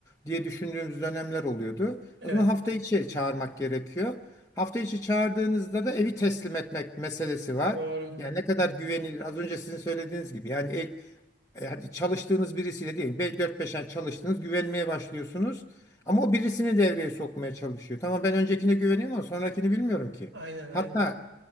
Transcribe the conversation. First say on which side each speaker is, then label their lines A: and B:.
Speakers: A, on the left (about 15°); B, on the right (about 85°).
A: diye düşündüğümüz dönemler oluyordu.
B: Evet.
A: O zaman hafta içi çağırmak gerekiyor. Hafta içi çağırdığınızda da evi teslim etmek meselesi var.
B: Doğru.
A: Yani ne kadar
B: Doğru.
A: güvenilir az önce sizin söylediğiniz gibi yani e- e, hadi çalıştığınız birisiyle değil, 4-5 ay çalıştınız, güvenmeye başlıyorsunuz. Ama o birisini devreye sokmaya çalışıyor. Tamam ben öncekine güveniyorum ama sonrakini bilmiyorum ki.
B: Aynen aynen.
A: Hatta